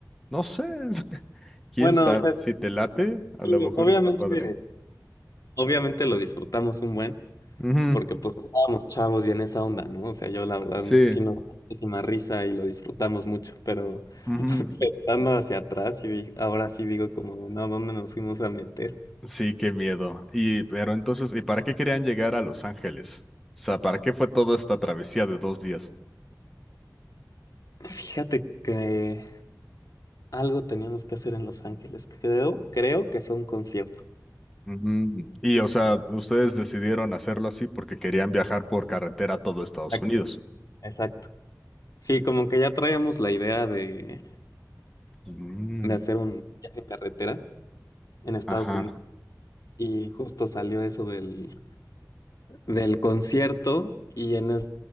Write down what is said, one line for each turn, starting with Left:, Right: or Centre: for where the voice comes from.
Centre: no sé. <laughs> ¿Quién
Left: Bueno,
Centre: sabe?
Left: o sea,
Centre: Si te late, a
Left: sí,
Centre: lo mejor
Left: obviamente,
Centre: está padre.
Left: obviamente lo disfrutamos un buen.
Centre: Ujú,
Left: porque pues estábamos chavos y en esa onda, ¿no? O sea, yo la verdad
Centre: Sí.
Left: sí nos da muchísima risa y lo disfrutamos mucho, pero
Centre: Ujú.
Left: <laughs> pensando hacia atrás y di- ahora sí digo como, no, ¿dónde nos fuimos a meter?
Centre: Sí, qué miedo. Y pero entonces, ¿y para qué querían llegar a Los Ángeles? O sea, ¿para qué fue toda esta travesía de dos días?
Left: Fíjate que algo teníamos que hacer en Los Ángeles, creo, creo que fue un concierto.
Centre: Ujú. Y, o sea, ustedes decidieron hacerlo así porque querían viajar por carretera a todo Estados
Left: Exacto.
Centre: Unidos.
Left: Exacto. Sí, como que ya traíamos la idea de,
Centre: Mm,
Left: de hacer un viaje en carretera en Estados
Centre: Ajá.
Left: Unidos y justo salió eso del, del concierto y en